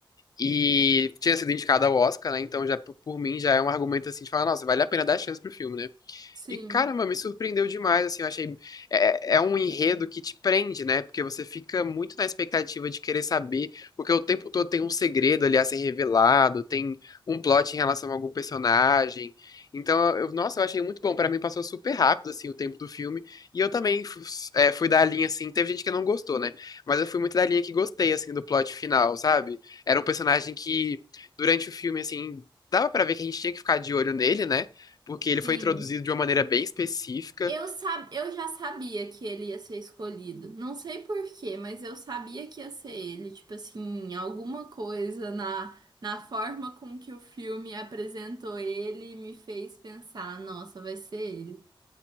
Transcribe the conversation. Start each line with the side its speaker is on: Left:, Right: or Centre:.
Left: E tinha sido indicado ao Oscar, né? Então, já por por mim, já é um argumento, assim, de falar, nossa, vale a pena dar chance pro filme, né?
Right: sim,
Left: E caramba, me surpreendeu demais, assim, eu achei. É, é é um enredo que te prende, né? Porque você fica muito na expectativa de querer saber, porque o tempo todo tem um segredo ali a ser revelado, tem um plot em relação a algum personagem. Então, eu, nossa, eu achei muito bom. Pra mim passou super rápido, assim, o tempo do filme. E eu também fu- é, fui da linha, assim, teve gente que não gostou, né? Mas eu fui muito da linha que gostei, assim, do plot final, sabe? Era um personagem que, durante o filme, assim, dava pra ver que a gente tinha que ficar de olho nele, né? porque ele foi
Right: sim.
Left: introduzido de uma maneira bem específica.
Right: Eu, sab... eu já sabia que ele ia ser escolhido. Não sei por quê, mas eu sabia que ia ser ele. Tipo assim, alguma coisa na, na forma com que o filme apresentou ele me fez pensar, nossa, vai ser ele.